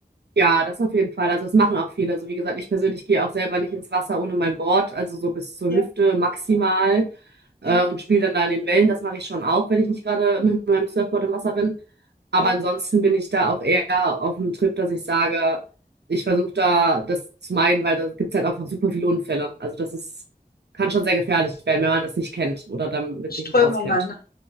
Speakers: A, on the right; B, on the left.
A: ja, das auf jeden Fall. Also das machen auch viele. Also wie gesagt, ich persönlich gehe auch selber nicht ins Wasser ohne mein Board, also so bis zur
B: Ja,
A: Hüfte maximal äh,
B: ja,
A: und spiele dann da in den Wellen. Das mache ich schon auch, wenn ich nicht gerade mit meinem Surfboard im Wasser bin. Aber
B: ja.
A: ansonsten bin ich da auch eher auf dem Trip, dass ich sage, ich versuche da das zu meiden, weil da gibt es halt einfach super viele Unfälle. Also das ist, kann schon sehr gefährlich werden, wenn man das nicht kennt oder damit
B: Strömungen.
A: sich nicht auskennt.